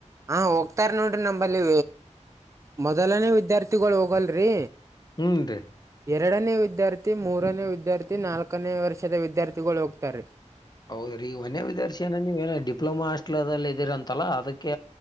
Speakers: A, on the right (about 25°); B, on the left (about 35°).
A: ಹಾ ಹೋಗ್ತಾರ ನೋಡ್ರಿ ನಂಬಲ್ಲಿ ಮೊದಲನೇ ವಿದ್ಯಾರ್ಥಿಗಳು ಹೋಗಲ್ರಿ.
B: ಹ್ಮ ರೀ.
A: ಎರಡನೇ ವಿದ್ಯಾರ್ಥಿ ಮೂರನೇ ವಿದ್ಯಾರ್ಥಿ ನಾಲ್ಕನೇ ವರ್ಷದ ವಿದ್ಯಾರ್ಥಿಗಳು ಹೋಗ್ತಾರ.
B: ಹೌದರೀ ಓನ್ಯ ವಿದ್ಯಾರ್ಥಿನ ನೀವ ಏನ ಡಿ ಡಿಪ್ಲೊಮಾ ಹಾಸ್ಟಲ್ ಅಲ್ಲಿ ಇದಿರಂತಲ್ಲ ಅದಕ್ಕೆ